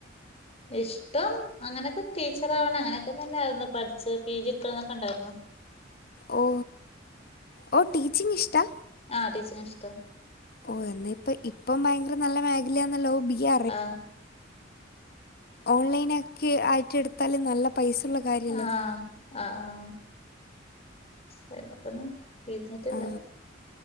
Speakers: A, on the left; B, on the left.
A: ഇഷ്ടം അങ്ങനൊക്കെ ടീച്ചർ ആവണ അങ്ങനൊക്കെ തന്നാരുന്നു പഠിച്ച് പി ജി ക്കെ അങ്ങനൊക്കെണ്ടാരുന്നു.
B: ഓ ഓ ടീച്ചിങ്ങിഷ്ടാ?
A: ആ ടീച്ചിങ്ങിഷ്ട്ടാ.
B: ഓ എന്നാ ഇപ്പ ഇപ്പം ഭയങ്കര നല്ല മേഖലയാന്നല്ലോ ബി എ
A: ആ
B: ഓൺലൈനക്കെ ആയിട്ടെടുത്താലും നല്ല പൈസ ഉള്ള കാര്യമല്ലത്
A: ആ ആ ആ <unintelligible> തീർന്നിട്ടില്ല.
B: ആ